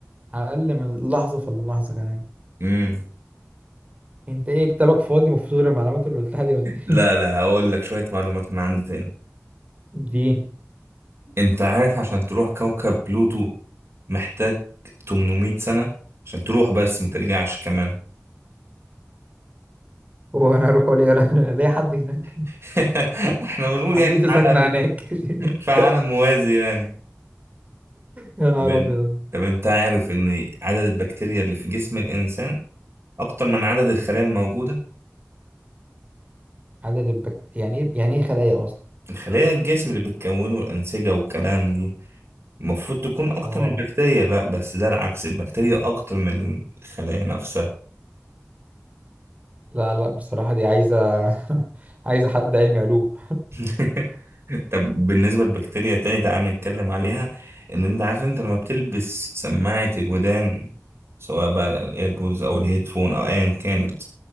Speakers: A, on the right (about 25°); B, on the right (about 50°).
A: على الأقل من اللحظة فاللحظة كمان
B: امم
A: انت ايه كتابك فاضي ما فيهوش غير المعلومات اللي قلتها دي ولا
B: لا
A: ايه
B: لا هقول لك شويه معلومات من عندي تاني
A: <laughs> اديني
B: انت عارف عشان تروح كوكب بلوتو محتاج 800 سنة عشان تروح بس ما ترجعش كمان
A: هو انا اروح ولا <laughs> انا ليا حد هناك
B: <laughs> احنا
A: <laughs>
B: بنقول يعني
A: عمتي
B: في عالم
A: ساكنة هناك <laughs>
B: في عالم موازي يعني
A: يا نهار
B: طب ان-
A: ابيض
B: طب انت عارف ان عدد البكتيريا اللي في جسم الانسان اكتر من عدد الخلايا الموجودة
A: عدد البكت يعني ايه يعني ايه خلايا اصلا
B: الخلايا الجسم اللي بتكونه الانسجة والكلام دي المفروض تكون اكتر
A: اه
B: من البكتيريا لا بس ده العكس البكتيريا اكتر من الخلايا نفسها
A: لا لا بصراحة دي عايزة <laughs> عايزة حد علمي علوم
B: <laughs> طب بالنسبة للبكتيريا تاني تعال نتكلم عليها ان انت عارف انت لما بتلبس سماعة الودان سواء بقى الايربودز او الهيدفون او ايا كانت